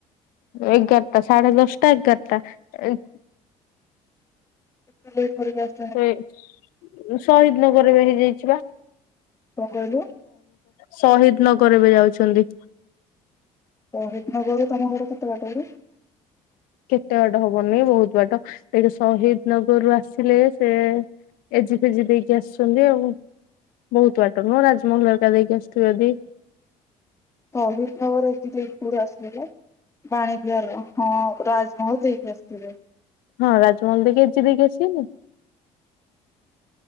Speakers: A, on the left; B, on the left.
A: ଏଗାରଟା ସାଢେ ଦଶଟା ଏଗାରଟା ଏଇ
B: <unintelligible>
A: ସେ ସହିଦ ନଗରରେ ବି ହେଇଯାଇଛି ବା।
B: କଣ କହିଲୁ?
A: ଶହିଦ ନଗର ଏବେ ଯାଉଛନ୍ତି।
B: ଶହିଦ୍ ନଗରରୁ ତମ ଘର କେତେ ବାଟ କି?
A: କେତେ ବାଟ ହବନି ବହୁତ ବାଟ ଦେଖେ ଶହିଦ ନଗରରୁୁ ଆସିଲେ ସେ ଏଜି ଫେଜି ଦେଇକି ଆସୁଛନ୍ତି ଆଉ। ବହୁତ୍ ବାଟ ନୁହଁ ରାଜମହଲ ହେରିକା ଦେଇକି ଆସୁଥିବେ ଯଦି
B: ଶହିଦ୍ ନଗର ଏଜି ଦେଇକି କୋଉଠି ଆସୁଥିବେ। ବାଣୀବିହାର ହଁ ରାଜମହଲ ଦେଇକି ଆସୁଥିବେ।
A: ହଁ ରାଜମହଲ୍ ଦେଇକି ଏଜି ଦେଇକି ଆସିବେନି କି।